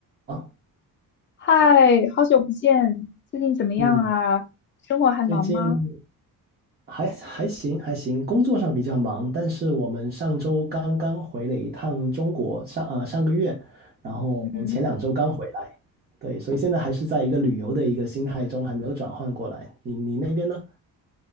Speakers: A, on the right; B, on the left.
A: 啊，
B: 嗨，好久不见，最近怎么样啊？
A: 嗯，
B: 生活还忙吗？
A: 最近还还行还行，工作上比较忙，但是我们上周刚刚回了一趟中国，上呃上个月，然后前两周刚回来，
B: 嗯，
A: 对，所以现在还是在一个旅游的一个心态中，还没有转换过来。你你那边呢？